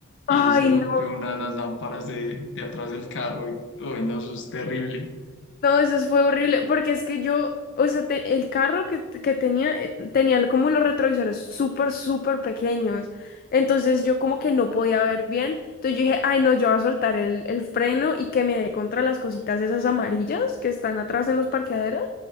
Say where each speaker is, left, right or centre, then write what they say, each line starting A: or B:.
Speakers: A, on the left; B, on the left.
A: <laughs>
B: y
A: Ay,
B: se rompió una de las lámparas de, de atrás del carro y, uy, no, eso es terrible.
A: No, eso fue horrible, porque es que yo, o sea, te- el carro que, que tenía, eh, tenía como los retrovisores súper, súper pequeños. Entonces yo como que no podía ver bien. Entonces yo dije, ay no, yo voy a soltar el, el freno y que me dé contra las cositas esas amarillas que están atrás en los parqueaderos.